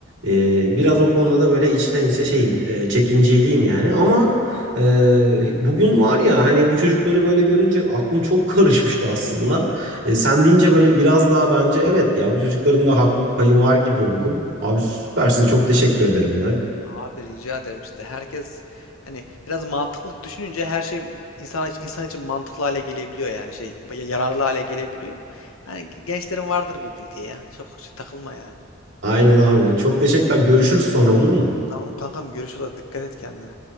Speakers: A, on the right; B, on the left.
A: Ee, biraz o konuda da böyle içten içe şeyim, e, çekinceliyim yani. Ama e, bugün var ya hani bu çocukları böyle görünce aklım çok karışmıştı aslında. E, sen deyince böyle biraz daha bence evet ya bu çocukların da haklılık payı var gibi oldum. Abi süpersin çok teşekkür ederim ya.
B: Abi rica ederim işte herkes hani biraz mantıklı düşününce her şey insan için, insan için mantıklı hale gelebiliyor yani şey ya- yararlı hale gelebiliyor. Hani gençlerin vardır bir bildiği ya. Çok şey takılma yani.
A: Aynen abi. Çok teşekkürler. Görüşürüz sonra olur mu?
B: Tamam kankam görüşürüz hadi dikkat et kendine.